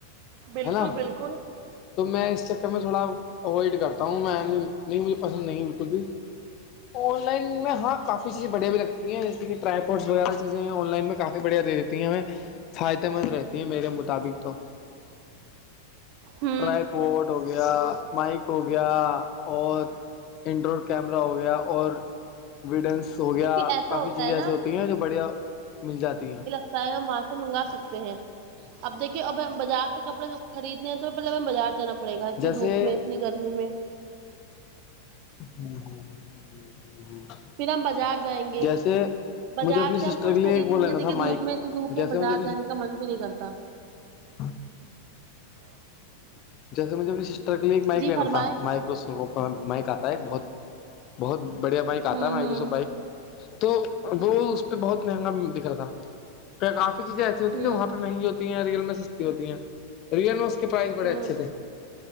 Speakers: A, on the right; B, on the left.
A: بالکل
B: ہے نا
A: بالکل
B: تو میں اس چکر میں تھوڑا اوائڈ کرتا ہوں میں نہیں مجھے پسند نہیں ہے بالکل بھی آن لائن میں ہاں کافی چیزیں بڑیا بھی رکھتی ہیں جیسے کہ ٹائیپورٹس وغیرہ چیزیں آن لائن میں کافی بڑھیا دے دیتی ہیں ہمیں فائدے مند رہتی ہیں میرے مطابق تو
A: ہاں <unintelligible>
B: ٹرائیپورٹ ہو گیا مائک ہو گیا اور <unintelligible> انڈرائڈ کیمرا ہو گیا اور ویڈینس ہو گیا
A: کیونکہ ایسا
B: کافی
A: ہوتا
B: چیزیں
A: ہے نا
B: ایسیے ہوتی ہیں جو بڑھیا مل جاتی ہیں
A: چ ہے وہاں سے منگا سکتے ہیں <unintelligible> اب دیکھیے اب بازار سے کپڑے خریدنے ہیں تو پہلے بازار سے جانا پڑے گا اتنی
B: جیسے
A: دھوپ میں اتنی گرمی میں
B: <unintelligible>
A: پھر ہم بازار جائیں گے
B: جیسے
A: بازار
B: مجھے اپنی سسٹر
A: سے ہم کچھ
B: کے
A: خریدیں
B: لیے ایک وہ لینا
A: گے دیکھیے
B: تھا مائک
A: دھوپ میں دھوپ میں
B: جیسے
A: بازار
B: مجھے
A: جانے کا من بھی نہیں کرتا
B: ہاں <inaudible>
A: <inaudible>
B: جیسے مجھے اپنے سسٹر کے لیے ایک مائک
A: جی
B: لینا
A: فرمائے
B: تھا مائک مائک کا تھا بہت بہت بڑھیا بائک آتا
A: ہوں
B: ہے میں
A: ہوں
B: ایک سو بائک تو وہ اس پہ بہت مہنگا دکھ رہا تھا پ کافی چیزیں ایسی ہوتی
A: ہوں
B: ہیں جو وہاں پہ مہنی ہوتی ہیں ریل میں سستی ہوتی ہیں ریل میںو اس کے پرائس بڑے
A: ہوں
B: اچھے تھ